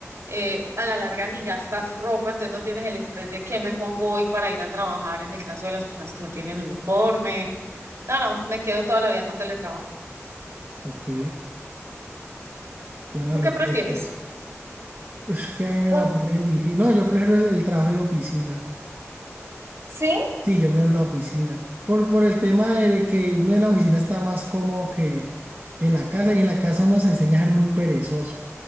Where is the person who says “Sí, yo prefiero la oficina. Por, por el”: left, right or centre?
Right